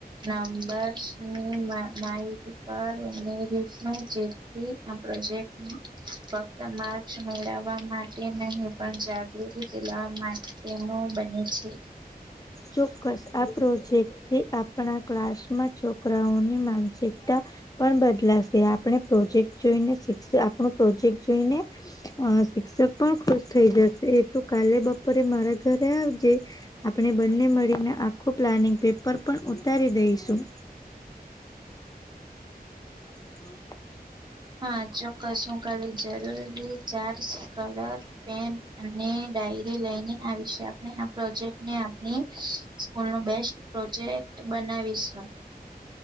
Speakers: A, on the right (about 30°); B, on the left (about 25°).
A: નંબરની. માાર ઓસો જે થી આ પ્રોજેક્ટ. ફક્ત માર્સ મેળવવા માટે નહી પણ જાગૃતિથી લવા માટે. તેનો બને છે.
B: ચોક્કસ આ પ્રોજેક્ટ. આપણા ક્લાસમાં છોકરાઓની માનસિકતા. પણ બદલાશે આપણે પ્રોજેક્ટ જોઈને શિક્ષ આપણું પ્રોજેક્ટ જોઈને. અ શિક્ષક પણ ખુશ થઈ જશે એ તો કાલે બપોરે મારા ઘરે આવજે. આપણે બંને મળીને આખું પ્લાનિંગ પેપર પણ ઉતારી દઈશું. હમ.
A: હા ચોક્કસ શું કરી જરૂરી ચાર્ કલર. પેન અને ડાયરી લઈને આ વિશે આપણે આ પ્રોજેક્ટને આપણી. સ્કૂલ નો બેસ્ટ પ્રોજેક્ટ બનાવીશું.